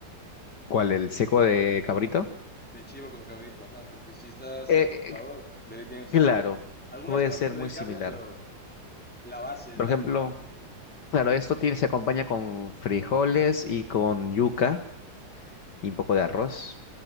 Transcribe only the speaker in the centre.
de chivo con cabrito, ajá, porque si está cerca
de
Ecuador, de tiene, o sea,
algunas
cosas
de
ahí
cambian, pero... La base es
la,
la misma.